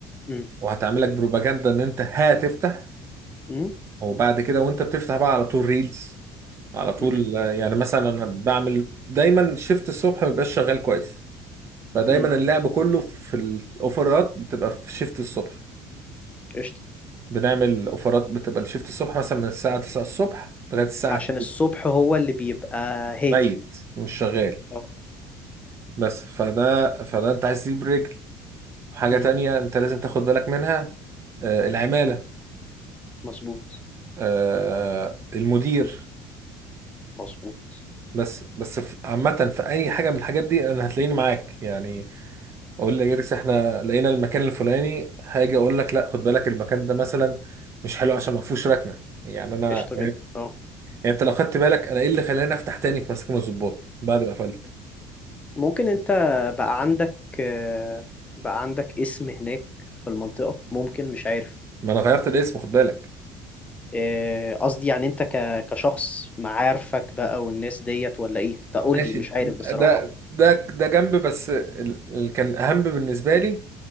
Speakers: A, on the left; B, on the right.
A: م-
B: وهتعمل لك بروباجندا ان انت هتفتح
A: م-
B: وبعد كده وانت بتفتح بقى على طول ريلز على طول
A: م-
B: آه، يعني مثلا انا بعمل دايما شيفت الصبح ما بيبقاش شغال كويس فدايما
A: م-
B: اللعب كله في الاوفرات بتبقى في شيفت الصبح
A: قشطة
B: بنعمل اوفرات بتبقى الشيفت الصبح مثلا من الساعة 9 الصبح لغاية الساعة
A: عشان
B: 2
A: الصبح هو اللي بيبقى هادي
B: ميت مش شغال
A: اه
B: بس فده فده انت عايز تجيب رجل حاجة
A: م،
B: تانية انت لازم تاخد بالك منها آه، العمالة
A: مظبوط
B: آه، المدير
A: مظبوط
B: بس بس في- عامة في أي حاجة من الحاجات دي أنا هتلاقيني معاك يعني أقول لجيركس إحنا لقينا المكان الفلاني هاجي أقول لك لا خد بالك المكان ده مثلا مش حلو عشان ما فيهوش ركنة يعني أنا
A: قشطة
B: يعني
A: جدا اه
B: يعني أنت لو خدت بالك أنا إيه اللي خلاني أفتح تاني في مساكن الضباط بعد ما قفلت
A: ممكن انت بقى عندك آه، بقى عندك اسم هناك في المنطقة ممكن مش عارف
B: ما أنا غيرت الاسم خد بالك
A: إيه، قصدي يعني انت ك... كشخص معارفك بقى والناس ديت ولا ايه تقول
B: ماشي
A: لي مش عارف بصراحة
B: ده ده ده جنب بس ال- اللي كان أهم بالنسبة لي